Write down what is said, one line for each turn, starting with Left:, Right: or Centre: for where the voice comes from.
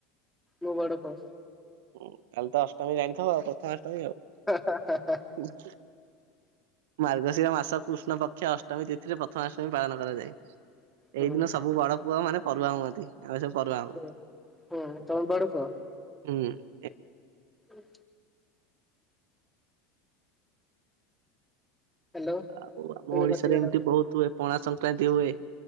Centre: ମୁଁ ବଡ ପୁଅ!
Right: ହୁଁ, କାଲି ତ ଅଷ୍ଟମୀ ଜାଣିଥିବ ଆଉ ପ୍ରଥମ ଅଷ୍ଟମୀ ଆଉ!
Centre: ହଁ ହଁ!
Right: ଦେଖ <inaudible> ମାର୍ଗଶିର ମାସ କୃଷ୍ଣ ପକ୍ଷ ଅଷ୍ଟମୀ ତିଥିରେ ପ୍ରଥମାଷ୍ଟମୀ ପାଳନ କରାଯାଏ
Centre: ହୁଁ
Right: ଏଇ ଦିନ ସବୁ ବଡ ପୁଅ ମାନେ ପରଆ ହୁଅନ୍ତି ଆସ ପର ହଉ
Centre: ହୁଁ ହୁଁ ତମେ ବଡ ପୁଅ
Right: ହୁଁ <inaudible>
Centre: ହୁଁ ହ୍ୟାଲୋ
Right: ଆଉ ଆମ
Centre: ପୁଣି
Right: ଓଡିଶାରେ
Centre: କଟିଗଲା
Right: ଏମିତି ବହୁତ ପଣା ସଂକ୍ରାନ୍ତି ହୁଏ